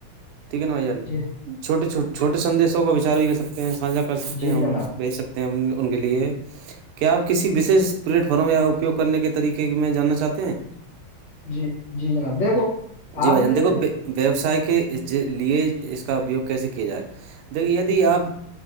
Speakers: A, on the right; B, on the left.
A: ٹھیک ہے نا بھ جان
B: جی
A: چھوٹے چھوٹے چھوٹے سندیشوں کا وچار بھی کر سکتے ہیں ساھا کر سکتے
B: جی
A: ہیں
B: جناب
A: بھیج سکتے ہیں ان کے لیے کیا آپ کسی وشیش پلیٹ فارم یا اپیوگ کرنے کے طریقے میں جاننا چاہتے ہیں
B: جی جی جناب دیکھو
A: جی
B: آپ
A: بھائی جان
B: نے
A: دیکھو بے- ویوسائے کے لیے اس کا اپیوگ کیسے کیا جائے دیک دی آپ